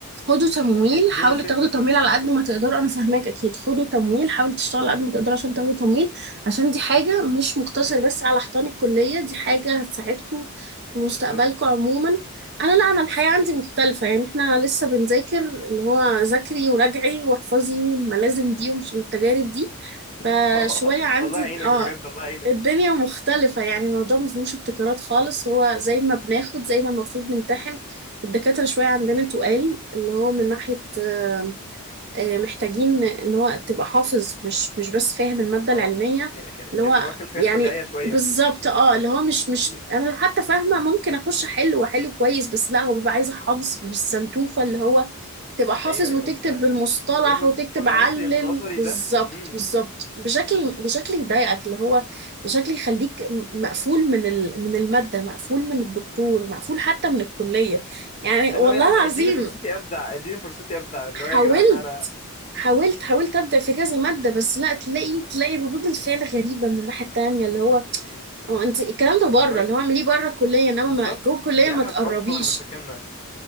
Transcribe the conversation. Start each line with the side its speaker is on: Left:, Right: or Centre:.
Right: خدوا تمويل
Left: فاهماني اليونيسيف
Right: حاولوا تاخدوا
Left: ذات
Right: تمويل
Left: نفسها
Right: على قد ما تقدروا انا فاهماك اكيد خدوا تمويل حاولوا تشتغلوا على قد ما تقدروا عشان
Left: مم،
Right: تاخدوا تمويل عشان دي حاجه مش مقتصر
Left: مم،
Right: بس على حيطان الكليه دي حاجه هتساعدكم في مستقبلكم
Left: بالظبط
Right: عموما انا لا انا الحياه
Left: بالظبط
Right: عندي مختلفه يعني احنا لسه بنذاكر اللي هو ذاكري وراجعي واحفظي الملازم دي ومش والتجارب
Left: مم.
Right: دي فشويه
Left: <laughs>
Right: عندي
Left: الله يعينك
Right: اه
Left: بجد الله يعينك
Right: الدنيا مختلفة يعني الموضوع ما فيهوش ابتكارات خالص هو زي ما بناخد زي ما المفروض نمتحن الدكاترة شوية عندنا
Left: مم،
Right: تقال
Left: مم.
Right: اللي هو من ناحية آه، آه، محتاجين اللي هو تبقى حافظ مش مش بس فاهم المادة
Left: اه
Right: العلمية
Left: يعني خ-
Right: اللي
Left: اللي
Right: هو
Left: هو خلفيات
Right: يعني
Left: رجعية شوية
Right: بالظبط اه اللي هو مش مش
Left: مم.
Right: انا حتى فاهمة ممكن اخش احل واحل كويس بس لا هو بيبقى عايز احافظ بالسنتوفة اللي هو تبقى حافظ
Left: ايوه ايوه
Right: وتكتب
Left: انت
Right: بالمصطلح
Left: لازم
Right: وتكتب
Left: تكون عارف
Right: علل
Left: لي النظري
Right: بالظبط
Left: ده مم،
Right: بالظبط بشكل بشكل يضايقك اللي هو بشكل يخليك م- مقفول من ال- من المادة مقفول من الدكتور مقفول حتى من الكلية يعني
Left: اللي
Right: والله
Left: هو يا عم اديني
Right: العظيم
Left: فرصتي ابدع اديني فرصتي ابدع اللي
Right: حاولت
Left: هو يا جدعان انا
Right: حاولت حاولت ابدا في كذا ماده بس لا تلاقي تلاقي ردود الفعل غريبه من الناحيه التانيه اللي هو
Left: مم.
Right: هو انت الكلام ده بره
Left: هسألك
Right: اللي هو اعمليه بره
Left: دي-
Right: الكليه انما
Left: بالظبط
Right: ما- جوه الكليه
Left: دي
Right: ما
Left: احد
Right: تقربيش
Left: اكبر مشاكلنا